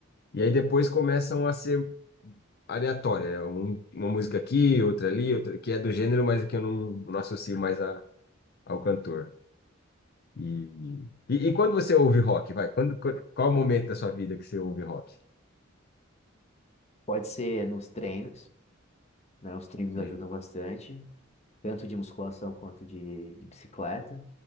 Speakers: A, on the left (about 50°); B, on the left (about 30°).
A: E aí depois começam a ser aleatórias, né? Um- uma música aqui, outra ali, outra que é do gênero, mas que eu não, não associo mais a, ao cantor. E, e, e quando você ouve rock, vai? Quando, quando- qual o momento da sua vida que você ouve rock?
B: Pode ser nos treinos, né? Os treinos
A: Hum.
B: ajudam bastante, tanto de musculação quanto de, de bicicleta.